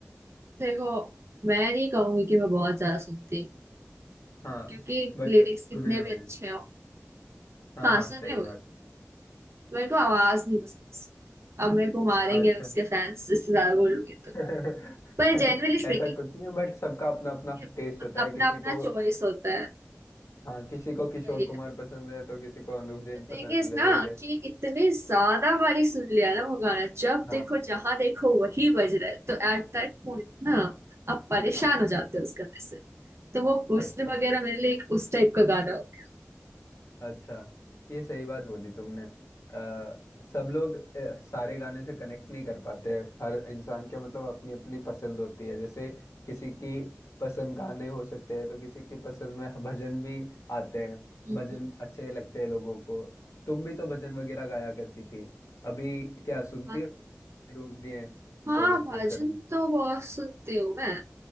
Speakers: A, on the right (about 60°); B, on the left (about 85°).
A: देखो मैं नहीं कहूंगी कि मैं बहुत ज्यादा सुनती हूँ
B: हाँ
A: क्योंकि
B: बट
A: लिरिक्स कितने
B: सुने हुए
A: भी अच्छे
B: हैं
A: हो
B: हाँ
A: हाँ
B: हाँ
A: सुने
B: सही बात
A: हुए मेरे को आवाज नहीं पसंद अब मेरे को मारेंगे
B: है अच्छा
A: उसके फैंस इससे ज्यादा बोलूंगी तो
B: <laughs>
A: पर जेनरली स्पीकिंग
B: ऐसा कुछ नहीं है, बट सबका अपना अपना
A: ये
B: टेस्ट होता है
A: अपना
B: किसी
A: अपना
B: को
A: चॉइस होता है
B: हाँ किसी को किशोर
A: वही
B: कुमार
A: है
B: पसंद है तो किसी को अनूप जैन
A: द थिंग
B: पसंद
A: इज
B: है
A: ना
B: वही है
A: कि इतने ज्यादा बारी सुन लिया ना वो गाना जब
B: हाँ
A: देखो जहां देखो वही बज रहा है तो एट दैट पॉइंट ना आप परेशान
B: हाँ
A: हो जाते हो उस गाने से तो वो हुस्न
B: अच्छा
A: वगैरह मेरे लिए एक उस टाइप का गाना हो गया
B: अच्छा ये सही बात बोली तुमने अ, सब लोग अ, सारे गाने से कनेक्ट नहीं कर पाते हैं। हर इंसान के मतलब अपनी अपनी पसंद होती है जैसे किसी की पसंद गाने हो सकते हैं तो किसी की पसंद में भजन भी आते हैं
A: हम्म।
B: भजन अच्छे लगते हैं लोगों को तुम भी तो भजन वगैरह गाया करती थी अभी क्या सुनती
A: हाँ
B: हो रोक दिए
A: हाँ,
B: कॉलेज
A: भजन
B: प्रेशर में
A: तो बहुत सुनती हूँ मैं